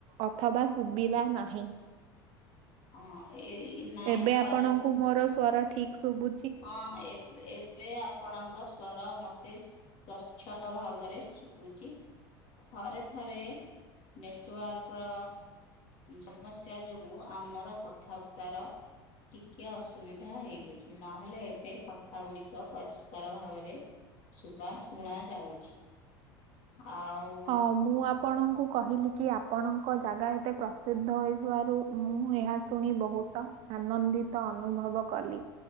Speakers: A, on the right; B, on the left.
A: ଅଥବା ଶୁଭିଲା ନାହିଁ।
B: ହଁ ଏଇ ନାଇଁ
A: ଏବେ
B: ଥରେ।
A: ଆପଣଙ୍କୁ ମୋର ସ୍ୱର ଠିକ୍ ଶୁଭୁ
B: ହଁ ଏବେ ଏବେ ଆ ଆପଣଙ୍କ ସ୍ଵର ମତେ ସ୍ଵଚ୍ଛଳ ଭାବରେ ଶୁଖୁଛି। ଥରେ ଥରେ ନେଟୱାର୍କ ର ସମସ୍ୟା ଯୋଗୁ ଆମର କଥାବାର୍ତ୍ତାର ଟିକେ ଅସୁବିଧା ହେଉଛି। ନହେଲେ ଏବେ କଥା ଗୁଡିକ ପରିଷ୍କାର ଭାବରେ ଶୁବା ଶୁଣା ଯାଉଛି ଆଉ
A: ହଁ ମୁଁ ଆ ଆପଣଙ୍କୁ କହିଲି କି ଆପଣଙ୍କ ଜାଗା ଏତେ ପ୍ରସିଦ୍ଧ ହୋଇଥିବାରୁ ମୁଁ ଏହା ଶୁଣି ବହୁତ ଆନନ୍ଦିତ ଅନୁଭବ କଲି